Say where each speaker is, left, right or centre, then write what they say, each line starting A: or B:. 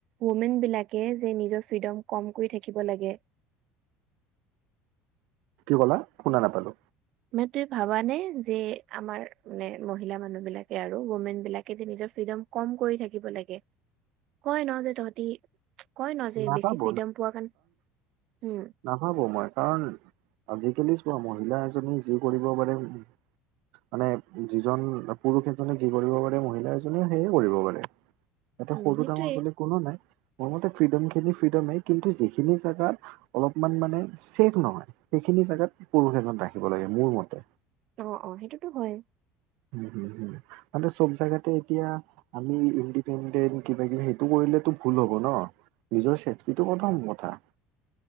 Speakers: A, on the right; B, on the right.
A: ওমেন বিলাকে যে নিজৰ ফ্ৰীডম কম কৈ থাকিব লাগে
B: কি ক'লা শুনা নাপালো
A: মান তুমি ভাবানে যে আমাৰ মানে মহিলা মানুহ বিলাকে আৰু ওমেন বিলাকে যে নিজৰ ফ্ৰীডম কম কৰি থাকিব লাগে। কয় ন' যে, তহঁতি কয় ন' যে,
B: নাপাব,
A: বেছি ফ্ৰীডম পোৱা কাৰণে। উম!
B: নাভাবোঁ মই। কাৰণ, আজিকালি চোৱা! মহিলা এজনী যি কৰিব পাৰে বুলি। মানে, যিজন, পুৰুষে এজনে, যি কৰিব পাৰে, মহিলা এজনে সেয়ে কৰিব পাৰে। ইয়াতে
A: উম
B: সৰু-ডাঙৰ
A: সেইটোয়ে
B: বুলি কোনো নাই। মোৰ মতে, ফ্ৰীডম খিনি, ফ্ৰীডমেই। কিন্তু, যিখিনি জাগাত অলপমান মানে, ছেফ নহয়। সেইখিনি জোগাত পুৰুষ এজন ৰাখিব লাগে, মোৰ মতে।
A: অ' অ'! সেইটোতো হয়!
B: <unintelligible> মানে চব জোগাতে এতিয়া, আমি, ইণ্ডিপেণ্ডেণ্ট। কিবা-কিবি সেইটো কৰিলেতো ভুল হ'ব ন'! নিজৰ চেফটিটো প্ৰথম কথা।